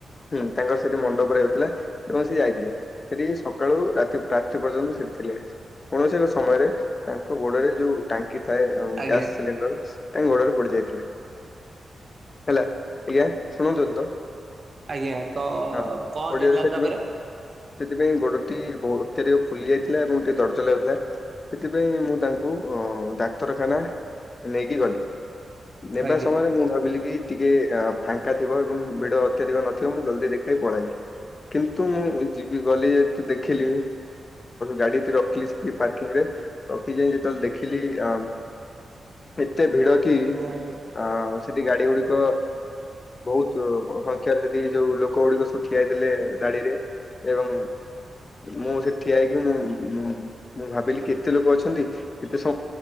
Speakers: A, on the left; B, on the right.
A: ହୁଁ ତାଙ୍କର ସେଠି ମଣ୍ଡପ ରେ ହେଉଥିଲା ଏବଂ ସେ ଯାଇଥିଲେ ସେଠି ସକାଳୁ ରାତି ପର୍ଯ୍ୟନ୍ତ ସେଠି ଥିଲେ। କୌଣସି ଏକ ସମୟରେ ତାଙ୍କ ଗୋଡରେ ଯୋଉ ଟା ଙ୍କି ଥାଏ ଗ୍ୟାସ୍
B: ଆଜ୍ଞା
A: ସିଲିଣ୍ଡର ତାଙ୍କ ଗୋଡରେ ପଡି ଯାଇଥିଲା ହେଲା। ଆଜ୍ଞା ଶୁଣନ୍ତୁ ଏବେ ତ।
B: ଆଜ୍ଞା ତ
A: ହଁ।
B: କଣ
A: ପଡିଆରେ
B: ହେଇଥିଲା
A: ସେଠି
B: ତାପରେ?
A: ସେଥିପାଇଁ ଗୋଡଟି ବହୁତ ଅତ୍ୟଧିକ ଫୁଲି ଯାଇଥିଲା। ଏବଂ ଟିକେ ଚଲାଉଥିଲା ।ସେଥିପାଇଁ ମୁଁ ତାଙ୍କୁ ଅ ଡାକ୍ତରଖାନା ନେଇକି ଗଲି। ନେବା
B: ଆଜ୍ଞା
A: ସମୟରେ ମୁଁ ଭାବିଲି କି ଟିକେ ଫାଙ୍କା ଥିବ ଏବଂ ଭିଡ ଅତ୍ୟଧିକ ନଥିବ ମୁଁ ଜଲ୍ଦି ଦେଖି ପଳେଇ କିନ୍ତୁ ମୁଁ ଯିବି ବୋଲି ତୁ ଦେଖିଲି ଗାଡିଟି ରଖିଲି ସେଠି ପାର୍କିଂ ରେ ଏ ଯାଇ ଯେତେବେଳେ ଦେଖିଲି ଆ ଏତେ ଭିଡ କି
B: ଆଜ୍ଞା ଆଜ୍ଞା
A: ଆ ସେଠି ଗାଡି ଗୁଡିକ ବହୁତ ସଂଖ୍ୟାରେ ସେଠି ଯୋଉ ଲୋକ କଉଡିିକ ସବୁ ଠିଆ ହେଇଥିଲେ ଧାଡିରେ। ଏବଂ ମୁଁ ସେ ଠିଆଇକି ମୁଁ-ମୁଁ ମୁଁ ଭାବିଲି କେତେ ଲୋକ ଅଛନ୍ତି। କେତେ ସ